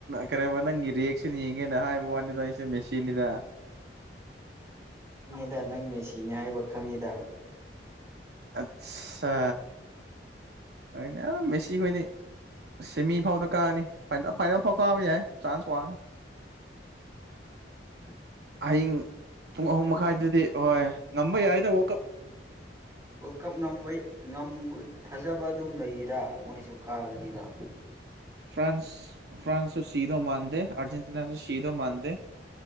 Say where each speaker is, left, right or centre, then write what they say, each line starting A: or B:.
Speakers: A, on the right (about 60°); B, on the right (about 15°).
A: ꯀꯩꯅ ꯅꯪꯒꯤ ꯔꯤꯌꯦꯛꯁꯟ ꯌꯦꯡꯉꯦꯅ ꯍꯥꯏꯕ ꯋꯥꯅꯤꯗ ꯑꯩꯁꯨ ꯃꯦꯆꯤꯟꯅꯤꯗ
B: ꯗ ꯅꯪ ꯃꯦꯁꯤꯅꯦ ꯍꯥꯏꯕ ꯈꯪꯉꯤꯗ
A: ꯑꯠꯆꯥ ꯑꯩꯩꯅ ꯃꯦꯁꯤꯈꯣꯏꯅꯤ ꯁꯦꯃꯤ ꯐꯥꯎꯗ ꯀꯥꯔꯅꯤ ꯐꯥꯏꯅꯦꯜ ꯐꯥꯎ ꯀꯥꯕ ꯌꯥꯏ ꯆꯥꯟꯁ ꯋꯥꯡꯉꯦ
B: ꯍ
A: ꯑꯍꯤꯡ ꯄꯨꯡ ꯑꯍꯨꯝ ꯃꯈꯥꯏꯗꯗꯤ ꯍꯣꯏ ꯉꯝꯕ ꯌꯥꯏꯗ ꯋꯥꯜꯀꯞ
B: ꯋꯥꯔꯜ ꯀꯞ ꯉꯝꯕ ꯊꯥꯖꯕ ꯑꯗꯨꯝ ꯂꯩꯌꯦꯗ ꯃꯣꯏꯁꯨ ꯀꯥꯒꯅꯤꯗꯣ
A: ꯐ꯭ꯔꯥꯟꯁ ꯐ꯭ꯔꯥꯟꯁꯁꯨ ꯁꯤꯗꯧ ꯃꯥꯥꯟꯗ ꯑꯔꯖꯦꯟꯇꯤꯅꯥꯁꯨ ꯁꯤꯗꯧ ꯃꯥꯥꯟꯗ